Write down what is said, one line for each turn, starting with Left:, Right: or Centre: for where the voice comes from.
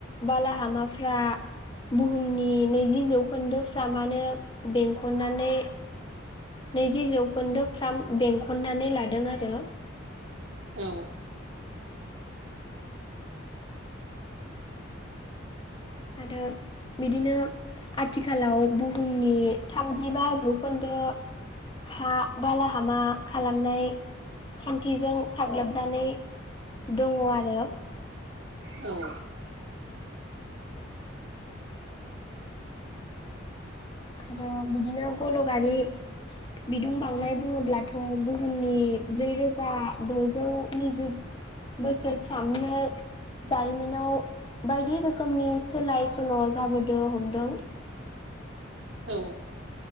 Left: बालाहामाफ्रा बुहुमनि नैजि जौखोन्दोफ्राम आनो बेंखननानै नैजि जौखोन्दो फ्राम बेंखननानै लादों आरो
Right: औ
Left: आरो बिदिनो आथिखालाव बुहुमनि थामजिबा जौखोन्दो हा बालाहामा खालामनाय खान्थिजों साग्लोबनानै दङ आरो
Right: औ
Left: आरो बिदिनो गल' गारि बिदुं बावनाय बुङोब्लाथ' बुहुमनि ब्रैरोजा द'जौ निजु बोसोरफ्रामनो जारिमिनाव बायदि रोखोमनि सोलाय सोल' जाबोदों हमदों।
Right: औ